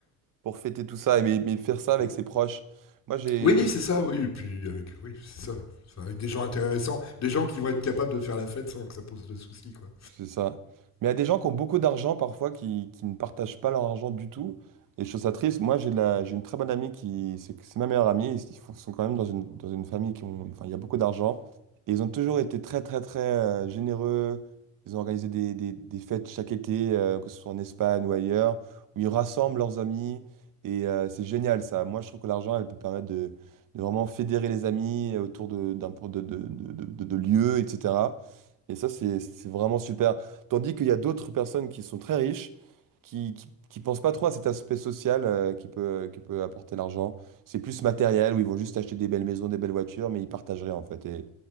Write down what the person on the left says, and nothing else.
<laughs>
Oui, c'est ça, oui, et puis avec oui, c'est ça. Enfin, avec des gens intéressants, des gens qui vont être capables de faire la fête sans que ça pose de soucis, quoi.